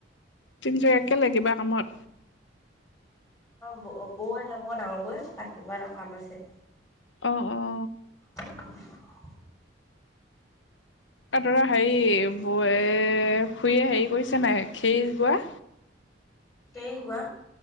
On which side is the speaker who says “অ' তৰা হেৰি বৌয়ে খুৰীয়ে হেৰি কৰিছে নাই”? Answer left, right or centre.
Left